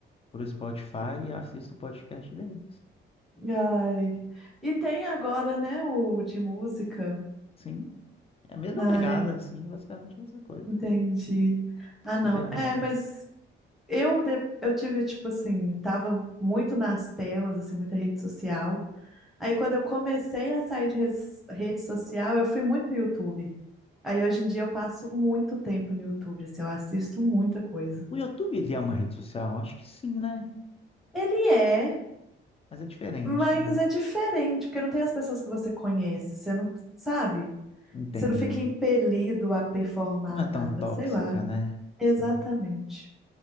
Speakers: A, on the left (about 30°); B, in the centre.
A: pro Spotify e assisto o podcast deles.
B: Ai. E tem agora, né, o de música.
A: Sim, é a mesma
B: Ai.
A: pegada, sim, basicamente a mesma coisa.
B: Entendi. Ah,
A: Super
B: não.
A: vale.
B: É, mas eu, de- eu tive, tipo assim, tava muito nas telas, assim, muita rede social. Aí quando eu comecei a sair de res- rede social, eu fui muito pro YouTube. Aí hoje em dia eu passo muito tempo no YouTube, assim, eu assisto muita coisa.
A: O YouTube, ele é uma rede social? Acho que sim, né?
B: Ele é,
A: Mas é diferente,
B: mas
A: né?
B: é diferente, porque não tem as pessoas que você conhece, você não, sabe?
A: Entendo.
B: Você não fica impelido a performar
A: Não é
B: nada,
A: tão tóxica,
B: sei lá.
A: né?
B: Exatamente.
A: Sim,